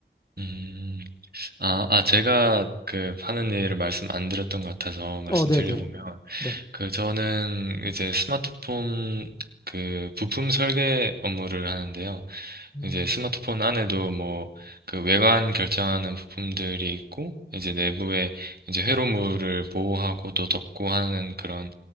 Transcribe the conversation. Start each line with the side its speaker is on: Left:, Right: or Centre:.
Right: 음. 아, 아, 제가 그 하는 일을 말씀 안 드렸던 것 같아서 말씀드려보면
Left: 어, 네, 네, 네.
Right: 그 저는 이제 스마트폰 그 부품 설계 업무를 하는데요.
Left: 음.
Right: 이제 스마트폰 안에도 뭐 그 외관 결정하는 부품들이 있고 이제 내부에 이제 회로물을 보호하고 또 덮고 하는 그런